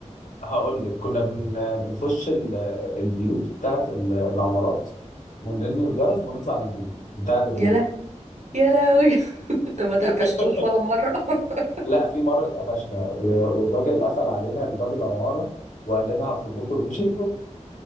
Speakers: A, on the left; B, on the right.
A: هقول لك كنا بن... بنخش ال... البيوت بتاعت ال... العمارات ونرن الجرس ونطلع نجري بتاع الابواب
B: يا لهوي يا لهوي <laughs> انت ما اتقفشتوش
A: <laughs>
B: ولا مره <laughs>
A: لا في مره اتقفشنا و... والراجل قفل علينا الباب العماره وقال لنا هطلب لكم المش- <laughs>